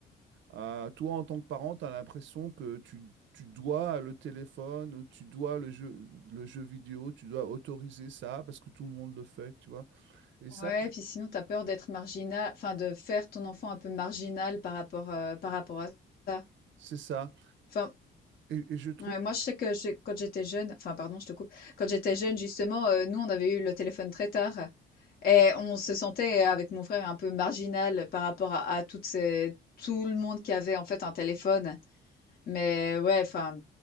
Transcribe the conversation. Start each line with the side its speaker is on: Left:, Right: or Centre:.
Right: euh, toi, en tant que parent, tu as l'impression que tu, tu dois le téléphone, ou tu dois le jeu, le jeu vidéo, tu dois autoriser ça parce que tout le monde le fait, tu vois. Et
Left: Ouais,
Right: ça,
Left: puis sinon, t'as peur d'être marginal enfin de faire ton enfant un peu marginal par rapport, heu, par rapport à ça.
Right: c'est ça.
Left: Enfin
Right: Et, et je trouve
Left: Ouais, moi, je sais que j'ai, quand j'étais jeune, enfin, pardon, je te coupe. Quand j'étais jeune, justement, euh, nous, on avait eu le téléphone très tard et on se sentait, euh, avec mon frère, un peu marginal par rapport à, à toutes ces, tout le monde qui avait, en fait, un téléphone. Mais ouais, enfin,